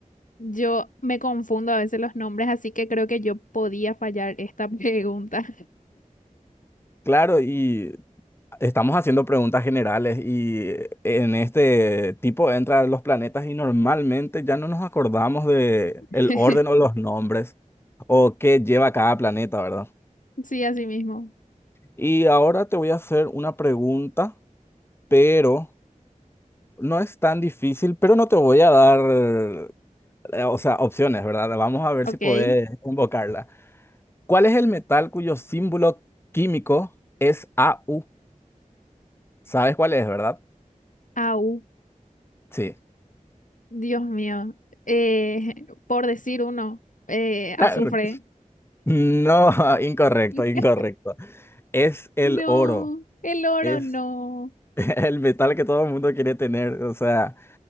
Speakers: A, on the left; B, on the left.
A: Yo me confundo a veces los nombres, así que creo que yo podía fallar esta pregunta.
B: Claro, y Estamos haciendo preguntas generales y eh, en este tipo entran los planetas y normalmente ya no nos acordamos de
A: <laughs>
B: el orden o los nombres o qué lleva cada planeta, ¿verdad?
A: Sí, así mismo.
B: Y ahora te voy a hacer una pregunta, pero no es tan difícil, pero no te voy a dar, eh, o sea, opciones, ¿verdad? Vamos a ver
A: Ok.
B: si podés invocarla. ¿Cuál es el metal cuyo símbolo químico es AU? ¿Sabes cuál es, verdad?
A: Au,
B: Sí.
A: Dios mío. Eh, por decir uno, eh,
B: <laughs>
A: azufre.
B: No, <laughs> incorrecto,
A: <laughs>
B: incorrecto. Es el
A: No,
B: oro,
A: el oro
B: es
A: no.
B: <laughs> el metal que todo el mundo quiere tener. O sea,